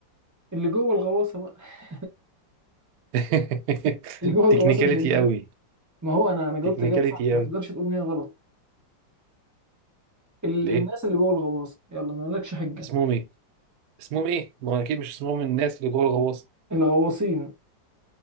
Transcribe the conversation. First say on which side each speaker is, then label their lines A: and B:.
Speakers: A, on the right (about 20°); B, on the right (about 70°).
A: اللي جوه الغواصه بقى <laughs>
B: <laughs>
A: اللي جوه الغواصه
B: تكنيكاليتي
A: مش هينفع
B: قوي
A: ما هو انا انا جاوبت
B: تكنيكاليتي
A: اجابه صح ما
B: قوي
A: تقدرش تقول ان هي غلط ال-
B: ليه
A: الناس اللي جوه الغواصه يلا ما لكش حجه
B: اسمهم ايه اسمهم ايه ما هو اكيد مش اسمهم الناس اللي جوه الغواصه
A: الغواصين